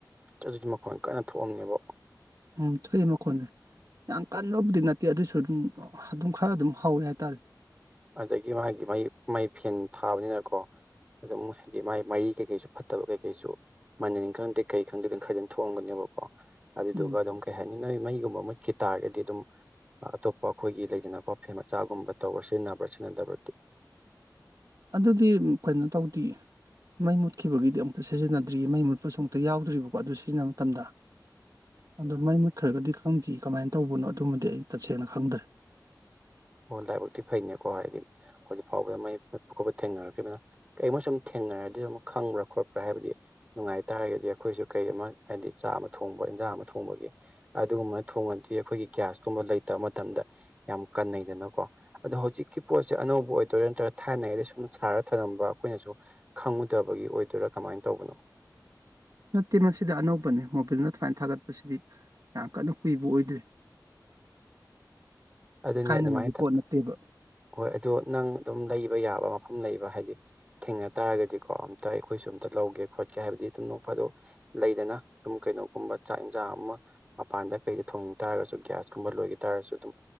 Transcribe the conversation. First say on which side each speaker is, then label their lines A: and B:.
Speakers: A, on the right; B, on the right.
A: ꯑꯗꯨꯗꯤ ꯃꯈꯣꯟ ꯀꯟꯅ ꯊꯣꯛꯑꯝꯅꯦꯕꯣ
B: ꯎꯝ ꯊꯣꯛꯑꯦ ꯃꯈꯣꯟꯖꯦ ꯌꯥꯝ ꯀꯟꯕꯕꯨꯗꯤ ꯅꯠꯇꯦ ꯑꯗꯨꯏꯁꯨ ꯑꯗꯨꯝ ꯑꯗꯨꯝ ꯈꯔ ꯑꯗꯨꯝ ꯍꯧꯋꯦ ꯍꯥꯏꯇꯥꯔꯦ
A: ꯑꯗꯒꯤ ꯃꯥꯒꯤ ꯃꯥꯒꯤ ꯃꯩ ꯐꯦꯟ ꯊꯥꯕꯅꯤꯅꯀꯣ ꯑꯗꯨꯝ ꯍꯥꯏꯗꯤ ꯃꯥꯏ ꯃꯥꯏꯒꯤ ꯀꯩꯀꯩꯁꯨ ꯐꯠꯇꯕ ꯀꯩꯀꯩꯁꯨ ꯃꯅꯤꯟ ꯈꯪꯗꯦ ꯀꯩ ꯈꯪꯗꯦ ꯑꯗꯨꯝ ꯈꯔꯗꯤꯝ ꯊꯣꯛꯑꯝꯒꯅꯦꯕꯀꯣ ꯑꯗꯨꯗꯨꯒ
B: ꯎꯝ
A: ꯑꯗꯨꯝ ꯀꯩ ꯍꯥꯏꯅꯤ ꯅꯣꯏ ꯃꯩꯒꯨꯝꯕ ꯃꯨꯠꯈꯤ ꯇꯥꯔꯒꯗꯤ ꯑꯗꯨꯝ ꯑꯇꯣꯞꯄ ꯑꯈꯣꯏꯒꯤ ꯂꯩꯗꯅꯀꯣ ꯐꯦꯟ ꯃꯆꯥꯒꯨꯝꯕ ꯇꯧꯔ ꯁꯤꯖꯤꯟꯅꯕ꯭ꯔꯥ ꯁꯤꯖꯤꯟꯅꯗꯕ꯭ꯔꯗꯤ
B: ꯑꯗꯨꯗꯤ ꯎꯝ ꯀꯩꯅꯣ ꯇꯧꯗꯤꯌꯦ ꯃꯩ ꯃꯨꯠꯈꯤꯕꯒꯤꯗꯤ ꯑꯃꯨꯛꯇ ꯁꯤꯖꯤꯟꯅꯗ꯭ꯔꯤ ꯃꯩ ꯃꯨꯠꯄꯁꯨ ꯑꯃꯨꯛꯇ ꯌꯥꯎꯗ꯭ꯔꯤꯕꯀꯣ ꯑꯗꯨ ꯁꯤꯖꯤꯟꯅꯕ ꯃꯇꯝꯗꯥ ꯑꯗꯣ ꯃꯩ ꯃꯨꯠꯈ꯭ꯔꯒꯗꯤ ꯈꯪꯗ꯭ꯔꯤ ꯀꯃꯥꯏꯅ ꯇꯧꯕꯅꯣ ꯑꯗꯨꯃꯗꯤ ꯑꯩ ꯇꯁꯦꯡꯅ ꯈꯪꯗ꯭ꯔꯦ
A: ꯑꯣ ꯂꯥꯏꯕꯛꯇꯤ ꯐꯩꯅꯦꯀꯣ ꯍꯥꯏꯗꯤ ꯍꯧꯖꯤꯛ ꯐꯥꯎꯕꯗ ꯃꯩ ꯃꯨꯠꯄ ꯈꯣꯠꯄ ꯊꯦꯡꯅꯔꯛꯇ꯭ꯔꯤꯝꯅꯤꯅ ꯀꯩꯃ ꯁꯨꯝ ꯊꯦꯡꯅꯔꯗꯤ ꯗꯨꯝ ꯈꯪꯕ꯭ꯔ ꯈꯣꯠꯄ꯭ꯔ ꯍꯥꯏꯕꯗꯤ ꯅꯨꯡꯉꯥꯏꯇꯥꯥꯔꯒꯗꯤ ꯑꯈꯣꯏꯁꯨ ꯀꯩ ꯑꯃ ꯍꯥꯏꯗꯤ ꯆꯥ ꯑꯃ ꯊꯣꯡꯕ ꯏꯟꯖꯥꯡ ꯑꯃ ꯊꯣꯡꯕꯒꯤ ꯑꯗꯨꯒꯨꯝꯕꯅ ꯊꯣꯡꯉꯗꯤ ꯑꯈꯣꯏꯒꯤ ꯒ꯭ꯌꯥꯁ ꯀꯨꯝꯕ ꯂꯩꯇꯕ ꯃꯇꯝꯗ ꯌꯥꯝ ꯀꯟꯅꯩ ꯗꯅꯀꯣ ꯑꯗꯣ ꯍꯧꯖꯤꯛꯀꯤ ꯄꯣꯠꯁꯦ ꯑꯅꯧꯕ ꯑꯣꯏꯗꯣꯏꯔ ꯅꯠꯇ꯭ꯔꯒ ꯊꯥꯏꯅꯉꯩꯗꯩ ꯁꯨꯝ ꯁꯥꯔ ꯊꯅꯝꯕ ꯑꯈꯣꯏꯅꯁꯨ ꯈꯪꯉꯨꯗꯕꯒꯤ ꯑꯣꯏꯗꯣꯏꯔꯥ ꯀꯃꯥꯏꯟ ꯇꯧꯕꯅꯣ
B: ꯅꯠꯇꯦ ꯃꯁꯤꯗꯤ ꯑꯅꯧꯕꯅꯤ ꯃꯣꯕꯤꯜꯅ ꯗꯨꯃꯥꯏꯅ ꯊꯥꯒꯠꯄꯁꯤꯗꯤ ꯌꯥꯝ ꯀꯟꯅ ꯀꯨꯏꯕ ꯑꯣꯏꯗ꯭ꯔꯤ
A: ꯑꯗꯨꯅꯦ
B: ꯊꯥꯏꯅꯉꯩꯒꯤ
A: ꯑꯗꯨꯃꯥꯏꯟ ꯇ
B: ꯄꯣꯠ ꯅꯠꯇꯦꯕ
A: ꯍꯣꯏ ꯑꯗꯣ ꯅꯪ ꯑꯗꯨꯝ ꯂꯩꯕ ꯌꯥꯕ ꯃꯐꯝ ꯂꯩꯕ ꯍꯥꯏꯗꯤ ꯊꯦꯡꯅ ꯇꯥꯔꯒꯗꯤꯀꯣ ꯑꯝꯇ ꯑꯩꯈꯣꯏꯁꯨ ꯑꯝꯇ ꯂꯧꯒꯦ ꯈꯣꯠꯀꯦ ꯍꯥꯏꯕꯗꯤ ꯑꯗꯨꯝ ꯅꯣꯡ ꯐꯥꯗꯣꯛ ꯂꯩꯗꯅꯥ ꯗꯨꯝ ꯀꯩꯅꯣꯒꯨꯝꯕ ꯆꯥꯛ ꯑꯦꯟꯖꯥꯡ ꯑꯃ ꯃꯄꯥꯟꯗ ꯀꯩꯗ ꯊꯣꯡꯅꯤꯡ ꯇꯥꯔꯒꯁꯨ ꯒ꯭ꯌꯥꯁꯀꯨꯝꯕ ꯂꯣꯏꯒꯤ ꯇꯔꯁꯨ ꯑꯗꯨꯝ